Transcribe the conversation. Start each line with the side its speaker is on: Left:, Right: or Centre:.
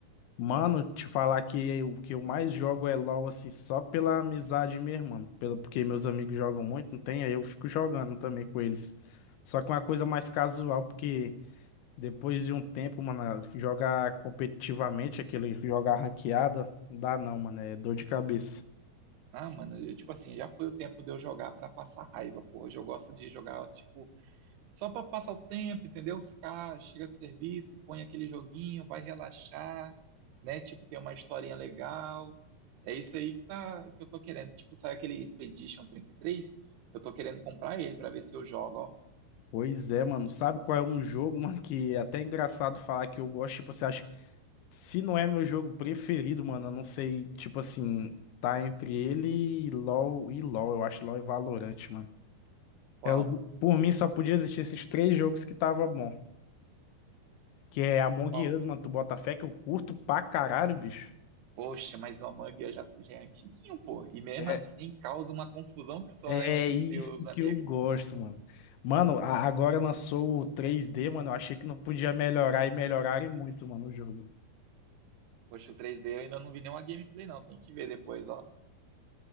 Left: Mano, te falar que o que eu mais jogo é LoL, assim, só pela amizade mesmo, mano. Pelo, porque meus amigos jogam muito, não tem? Aí eu fico jogando também com eles. Só que uma coisa mais casual, porque depois de um tempo, mano, jogar competitivamente, aquele jogar ranqueada, não dá não, mano, é dor de cabeça.
Right: Ah, mano, eu, tipo assim, já foi o tempo de eu jogar pra passar raiva, pô. Hoje eu gosto de jogar, tipo, só pra passar o tempo, entendeu? Ficar, chega do serviço, põe aquele joguinho, vai relaxar, né? Tipo, tem uma historinha legal. É isso aí que, tá, que eu tô querendo. Tipo, sai aquele Expedition 33, eu tô querendo comprar ele pra ver se eu jogo, ó.
Left: Pois é, mano. Sabe qual é um jogo, mano, que é até engraçado falar que eu gosto, tipo, você acha Se não é meu jogo preferido, mano, eu não sei, tipo assim, tá entre ele e LoL e LoL, eu acho LoL e Valorant, mano.
Right: Qual?
Left: É os- por mim só podia existir esses três jogos que tava bom, que é Among
Right: Qual?
Left: Us, mano, tu bota fé que eu curto pra caralho, bicho.
Right: Poxa, mas o Among Us já, já é antiguinho, pô. E mesmo
Left: É,
Right: assim causa uma confusão que só
Left: é
Right: en- entre
Left: isso
Right: os amigos.
Left: que eu gosto, mano. Mano, a- agora lançou o 3D, mano, eu achei que não podia melhorar e melhorarem muito, mano, o jogo.
Right: Poxa, o 3D eu ainda não vi nenhuma gameplay, não. Tem que ver depois, ó.